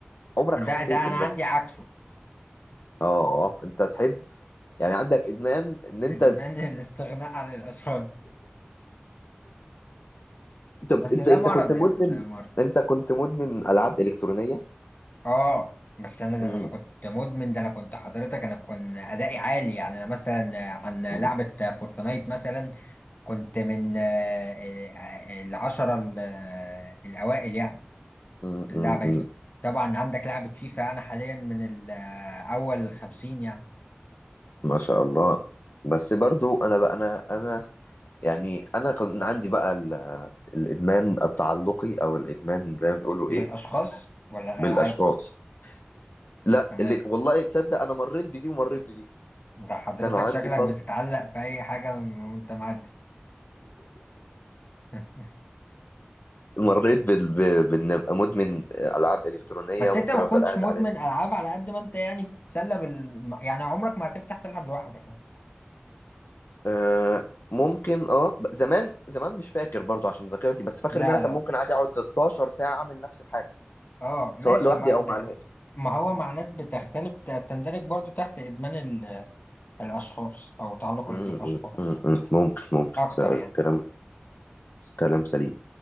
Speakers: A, on the left; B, on the left.
A: عمرك
B: ده
A: حسيت
B: ده انا
A: إنك
B: عندي عكسه
A: آه أنت تحب يعني عندك إدمان إن أنت
B: ادمان الاستغناء عن الاشخاص
A: أنت
B: بس
A: أنت,
B: ده
A: انت
B: مرض
A: كنت مدمن
B: يعني زي مرض
A: أنت كنت مدمن ألعاب إلكترونية
B: اه بس انا ده
A: مم.
B: انا ما كنت مدمن ده انا كنت حضرتك انا كنت ادائي عالي يعني انا مثلا عن لعبة
A: مم.
B: فورتنايت مثلا كنت من آه، آه، آه، العشرة ال- آه، الاوائل يعني
A: مم.
B: اللعبة
A: مم. مم.
B: دي طبعا عندك لعبة فيفا أنا حاليا من ال- أول خمسين يعني
A: ما شاء الله بس برضو أنا بقى أنا أنا يعني أنا كان عندي بقى ال- الإدمان التعلقي أو الإدمان زي ما بيقولوا
B: بالأشخاص
A: إيه
B: ولا
A: بالاشخاص
B: الألعاب
A: لا
B: تمام
A: اللي والله تصدق انا مريت بدي ومريت بدي
B: أنت حضرتك
A: كان عندي
B: شكلك
A: فتره
B: بتتعلق
A: <laughs>
B: في أي حاجة وأنت معدي <laughs>
A: مريت بال... ب- بان ابقى مدمن العاب الكترونيه
B: بس
A: ممكن
B: أنت ما
A: افضل
B: كنتش
A: قاعد
B: مدمن
A: عليها
B: ألعاب على قد ما أنت يعني بتتسلى بال يعني عمرك ما هتفتح تلعب لوحدك مثلا
A: أه ممكن اه ب- زمان زمان مش فاكر برضو عشان ذاكرتي بس فاكر
B: لا
A: ان انا كان
B: لا
A: ممكن عادي اقعد 16 ساعه اعمل نفس الحاجه
B: أه ماشي
A: سواء لوحدي
B: ما
A: او
B: ب... ب-
A: مع ناس
B: ما هو مع ناس بتختلف ت- تندرج برضو تحت إدمان ال... الأشخاص أو تعلق
A: م-
B: بالأشخاص
A: م- م- م. ممكن ممكن
B: أكتر
A: س-
B: يعني
A: كلام كلام سليم